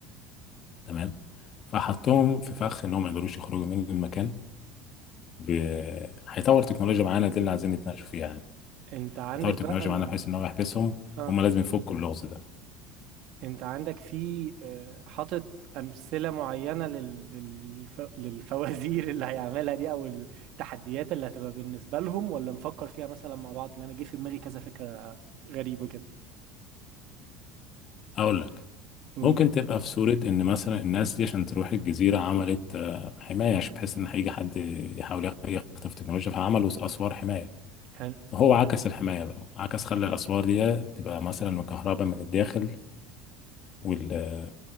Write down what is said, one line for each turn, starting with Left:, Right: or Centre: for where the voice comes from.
Left: تمام فحطهم في فخ ان هم ما يقدروش يخرجوا من المكان ب... هيطور تكنولوجيا معانا دي اللي عايزين نتناقشوا فيها يعني
Right: انت عندك
Left: هيطور تكنولوجيا
Right: بقى ال...
Left: معانا بحيث ان هو يحبسهم
Right: اه
Left: هم لازم يفكوا اللغز ده
Right: انت عندك في آه، حاطط امثلة معينة لل... للف... للفوازير اللي هيعملها دي او التحديات اللي هتبقى بالنسبة لهم ولا نفكر فيها مثلا مع بعض ان انا جه في دماغي كذا فكرة غريبة كده
Left: اقول لك
Right: قول
Left: ممكن تبقى في صورة ان مثلا الناس دي عشان تروح الجزيرة عملت آه، حماية عشان بحيث ان هيجي حد يحاول يخ- يخطف تكنولوجيا فعملوا اسوار حماية
Right: حلو
Left: فهو عكس الحماية بقى عكس خلى الاسوار دي تبقى مثلا مكهربة من الداخل وال-